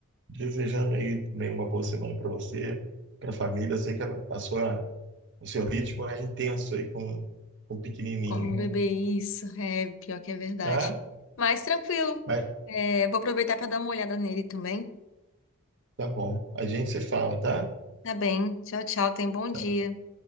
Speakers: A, on the right; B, on the left.
A: desejando aí também uma boa semana para você, para a família. Eu sei que a, a sua, o seu ritmo é intenso aí com, com o pequenininho,
B: Como beber
A: né?
B: isso? É, pior que é verdade.
A: Tá?
B: Mas tranquilo.
A: Mas
B: É, vou aproveitar para dar uma olhada nele também.
A: tá bom. A gente se fala, tá?
B: Tá bem. Tchau, tchau. Tenha um bom
A: Tchau.
B: dia.